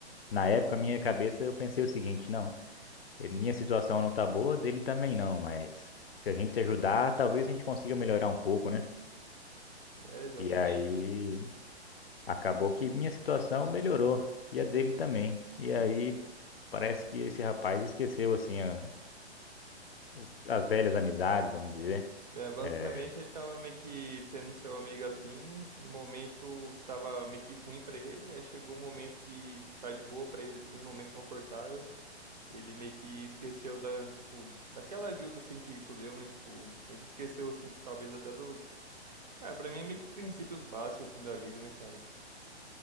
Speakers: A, on the left; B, on the right.
A: na época, minha cabeça, eu pensei o seguinte, não, ele- minha situação não tá boa, dele também não, mas se a gente se ajudar, talvez a gente consiga melhorar um pouco, né?
B: É, exatamente.
A: E aí, Acabou que minha situação melhorou e a dele também. E aí parece que esse rapaz esqueceu assim a- o- as velhas amizades, vamos dizer.
B: É, basicamente
A: É,
B: ele tava meio que sendo seu amigo assim, no momento que tava meio que ruim pra ele, aí chegou um momento que tá de boa pra ele assim, um momento confortável. Ele meio que esqueceu da, tipo, daquela ajuda assim que tu deu, né? Tipo, meio que esqueceu assim, talvez até do, cara, pra mim é meio que princípios básicos assim da vida, né, cara?